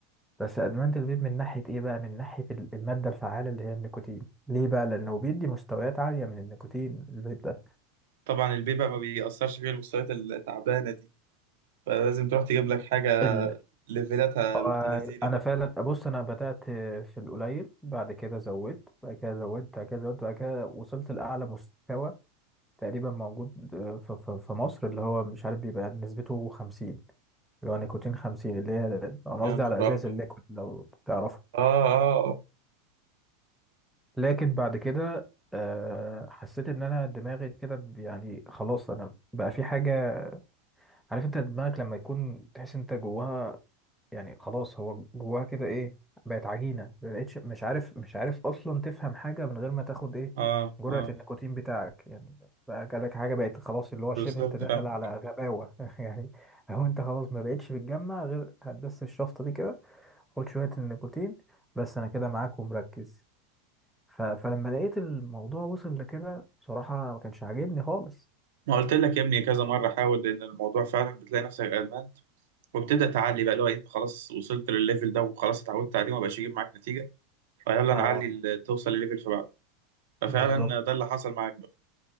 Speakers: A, in the centre; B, on the right (about 70°).
A: بس ادمان الفيب من ناحيه ايه بقى من ناحيه ال- الماده الفعاله اللي هي النيكوتين ليه بقى لانه بيدي مستويات عاليه من النيكوتين الفيب ده
B: طبعا الفيب بقى ما بيأثرش فيه المستويات التعبانه دي فلازم تروح تجيب لك حاجه
A: ال...
B: ليفلاتها
A: آه،
B: بنت لذينه
A: انا
B: بقى
A: فعلا ابص انا بدات في القليل بعد كده زودت بعد كده زودت بعد كده زودت بعد كده وصلت لاعلى مستوى تقريبا موجود آه، في في- في مصر اللي هو مش عارف بيبقى نسبته 50 اللي هو نيكوتين 50 اللي هي انا
B: يا
A: قصدي
B: نهار
A: على ازاز
B: ابيض
A: الليكويد لو تعرف
B: اه اه
A: لكن بعد كده آه، حسيت ان انا دماغي كده ب- يعني خلاص انا بقى في حاجه عارف انت دماغك لما يكون تحس انت جواها يعني خلاص هو جواها كده ايه بقت عجينه مبقتش مش عارف مش عارف اصلا تفهم حاجه من غير ما تاخد ايه
B: اه
A: جرعه
B: اه
A: النيكوتين بتاعك يعني بقى جالك حاجه بقت خلاص اللي هو شبه
B: بالظبط
A: انت داخل
B: فاهم
A: على غباوه <laughs> يعني هو انت خلاص ما بقتش بتجمع غير هتدس الشفطه دي كده خد شويه النيكوتين بس انا كده معاك ومركز ف... فلما لقيت الموضوع وصل لكده بصراحة ما كانش عاجبني خالص
B: ما قلت لك يا ابني كذا مرة حاول لأن الموضوع فعلا بتلاقي نفسك ادمنت وبتبدأ تعلي بقى اللي هو إيه، أنت خلاص وصلت للليفل ده وخلاص اتعودت عليه وما بقاش يجيب معاك نتيجة فيلا
A: اه
B: نعلي ال- توصل لليفل في بعضه ففعلا
A: بالظبط
B: ده اللي حصل معاك بقى